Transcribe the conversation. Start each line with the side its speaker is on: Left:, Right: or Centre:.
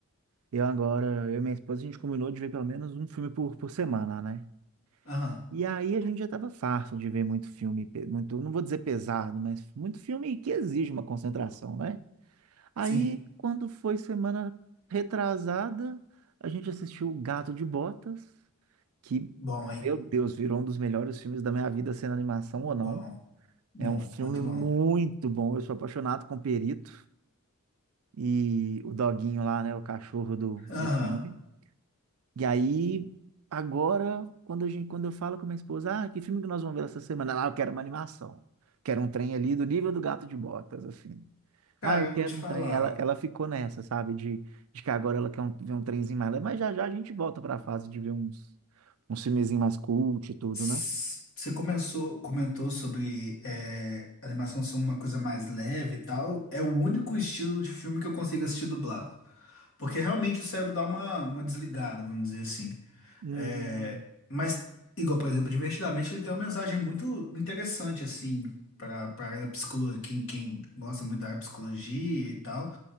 Right: Eu agora, eu e minha esposa, a gente combinou de ver pelo menos um filme por, por semana, né?
Left: Aham,
Right: E aí a gente já tava farto de ver muito filme, pe- muito, não vou dizer pesado, mas muito filme que exige uma concentração, né? Aí,
Left: sim.
Right: quando foi semana retrasada, a gente assistiu O Gato de Botas, que,
Left: Bom, hein?
Right: meu Deus, virou um dos melhores filmes da minha vida, sendo animação ou
Left: Bom,
Right: não.
Left: bom,
Right: É um filme
Left: muito bom.
Right: muito bom, eu sou apaixonado com o Perito e o doguinho lá, né? O cachorro do,
Left: Aham.
Right: do filme. E aí, agora, quando a gente, quando eu falo com minha esposa, ah, que filme que nós vamos ver essa semana? Ela, Ah, eu quero uma animação. Quero um trem ali do nível do Gato de Botas, assim.
Left: Cara,
Right: Ah, eu
Left: eu
Right: quero
Left: vou te falar.
Right: um trem. Ela, ela ficou nessa, sabe? De, de que agora ela quer um- ver um trenzinho mais. leve, Mas já já a gente volta para a fase de ver uns, uns filmezinhos mais cult e tudo,
Left: S-
Right: né?
Left: Você começou, comentou sobre é, animação ser uma coisa mais leve e tal. É o único estilo de filme que eu consigo assistir dublado. Porque realmente o cérebro dá uma, uma desligada, vamos dizer assim.
Right: Hum,
Left: É, mas, igual, por exemplo, Divertidamente, ele tem uma mensagem muito interessante, assim, para a área da psicologia, quem, quem gosta muito da área de psicologia e tal.